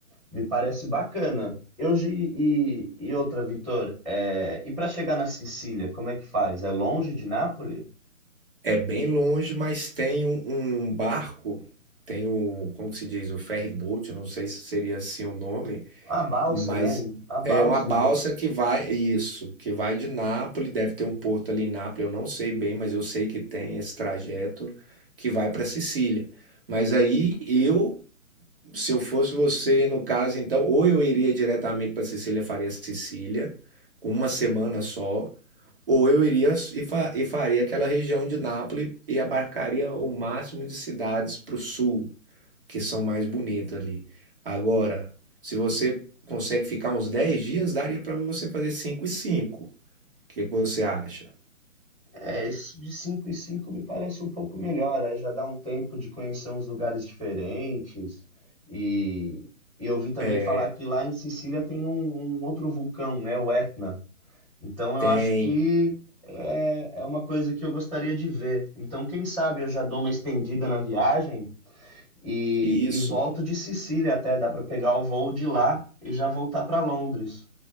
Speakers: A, in the centre; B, on the right (about 40°).
A: me parece bacana. e hoje e, e outra, Vitor, é, e para chegar na Sicília, como é que faz? É longe de Nápoles?
B: é bem longe, mas tem um, um barco, tem o, como que se diz, o ferry boat, não sei se seria assim o nome,
A: A balsa,
B: Mas
A: né? Em- A balsa
B: é uma balsa
A: em Porto.
B: que vai, isso, que vai de Nápoles, deve ter um porto ali em Nápoles, eu não sei bem, mas eu sei que tem esse trajeto que vai para Sicília. Mas aí eu, se eu fosse você, no caso, então, ou eu iria diretamente para Sicília, faria Sicília, com uma semana só, ou eu iria e, fa- e faria aquela região de Nápoles e abarcaria o máximo de cidades para o sul que são mais bonitos ali. Agora, se você consegue ficar uns 10 dias, daria para você fazer 5 e 5. O que que você acha?
A: É, isso de 5 e 5 me parece um pouco melhor. Aí já dá um tempo de conhecer uns lugares diferentes. E, e eu vi também
B: É,
A: falar que lá em Sicília tem um, um outro vulcão, né? O Etna. Então eu
B: tem
A: acho que é, é uma coisa que eu gostaria de ver. Então, quem sabe eu já dou uma estendida na viagem. E,
B: isso.
A: e volto de Sicília até, dá para pegar o voo de lá e já voltar para Londres.